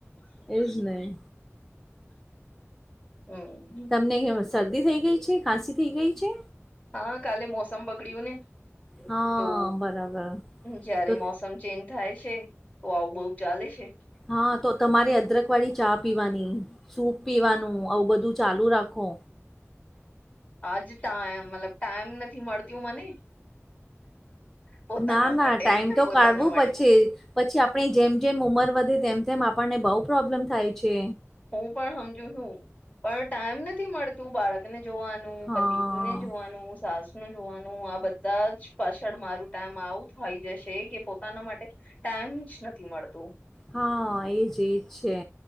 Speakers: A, in the centre; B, on the left.
A: એ જ નહી
B: હમ-હમ
A: તમને શરદી થઈ ગઈ છે ખાંસી થઈ ગઈ છે.
B: હા કાલે મોસમ બગડ્યું ને
A: હા,
B: તો
A: બરાબર
B: જયારે
A: તો
B: મોસમ ચેન્જ થાય છે, તો આવું બઉ ચાલે છે.
A: હા તો તમારે અદરક વાળી ચા પીવાની સૂપ પીવાનું આવું બધું ચાલુ રાખો
B: આજ ત એમ મતલબ ટાઈમ નથી, મળતું મને પોતાના
A: ના ના
B: માટે
A: ટાઈમ તો
B: પોતાના
A: કાઢવું
B: માટે
A: પછી પછી આપણી, જેમ જેમ ઉંમર વધે તેમ તેમ આપણને બહુ પ્રોબ્લેમ થાય છે.
B: હુ પણ સમજુ છુ, પણ ટાઈમ નથી મળતું બાળકને જોવાનું
A: હા
B: પતિ ને જોવાનું સાસ નું જોવાનું આ બધા જ પાછળ મારું ટાઈમ આવું થઈ જશે કે પો પોતાના માટે ટાઈમ જ નથી, મળતું
A: હા, એજ એજ છે.